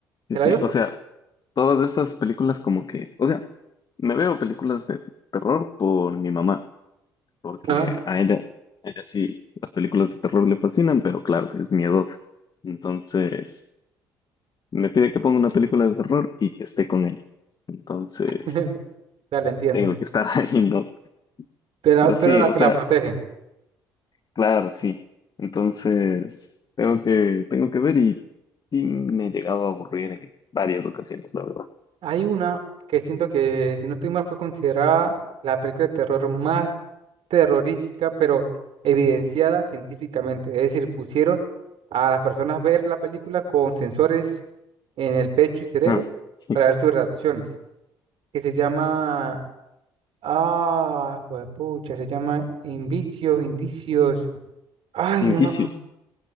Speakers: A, on the left; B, on the right.
A: sí,
B: ¿Te la
A: sí,
B: vio?
A: o sea, todas esas películas como que, o sea, me veo películas de terror por mi mamá. porque
B: Ajá.
A: a ella, a ella sí las películas de terror le fascinan, pero claro, es miedosa. Entonces, me pide que ponga una película de terror y que esté con ella. Entonces,
B: <laughs> Dale, entiendo.
A: tengo que estar <laughs> ahí, ¿no?
B: Tú eras,
A: Pero
B: tú
A: sí,
B: eras la
A: o
B: que
A: sea,
B: la protege.
A: claro, sí. Entonces, tengo que, tengo que ver y, y me he llegado a aburrir en varias ocasiones, la verdad.
B: Hay una que siento que, si no estoy mal, fue considerada la película de terror más terrorífica, pero evidenciada científicamente. Es decir, pusieron a las personas a ver la película con sensores en el pecho y cerebro
A: Ah, sí.
B: para ver sus reacciones, que se llama Ah, pucha, se llama Invicios, Indicios. Ay,
A: Indicios.
B: no me acuerdo.